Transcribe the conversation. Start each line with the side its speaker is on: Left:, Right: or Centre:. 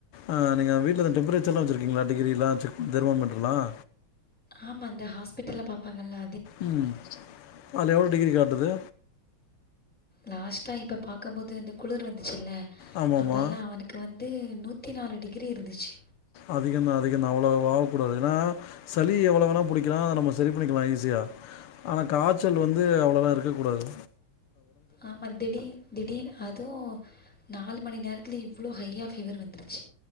Left: ஆஹ் நீங்க வீட்டுல த த் இருக்கீங்களா டிகிரிம் தெர்மாமீட்டர்லாம்
Centre: ஆமா இந்தந்த ஹாஸ்பிட்டல்ல பாப்பாங்கல்ல
Left: உம் அது எவ்ளோ டிகிரி காட்டுது
Centre: லாஸ்ட்டா இப்ப பாக்கம்போது இந்த குளிர் வந்துச்சுல
Left: ஆமாம்மா
Centre: அப்பல்லாம் அவனுக்கு வந்து நூ நூத்தி நாலு டிகிரி இருந்துச்சு.
Left: அதிகம் தான் அதிகம் தான் அவ்வளவு வாவக்கூடாது ஏன்னா சளி எவ்வளவு வேணா பிடிக்கலாம் அதை நம்ம சரி பண்ணிக்கலாம் ஈஸியா ஆனால் காச்சல் வந்து அவ்வளோதான் இருக்கு இருக்க கூடாது.
Centre: ஆமா திடீ திடீனு அதுவு நாலு மணி நேரத்தில் இவ்ளோ ஹயா ஃபீவர் வந்துருச்சு.